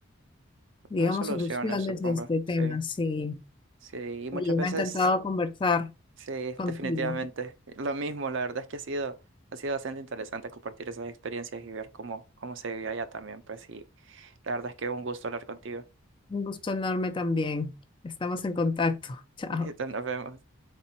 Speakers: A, on the left; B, on the right.
A: digamos,
B: No hay soluciones,
A: soluciones
B: supongo.
A: a este tema.
B: Sí,
A: Sí.
B: sí. Y muchas
A: Oye,
B: veces,
A: me ha encantado conversar
B: sí,
A: contigo.
B: definitivamente. Lo mismo, la verdad es que ha sido, ha sido bastante interesante compartir esas experiencias y ver cómo, cómo se vive allá también, pues sí. La verdad es que un gusto hablar contigo.
A: Un gusto enorme también. Estamos en contacto. <laughs>
B: <laughs>
A: Chao.
B: Listo, nos vemos.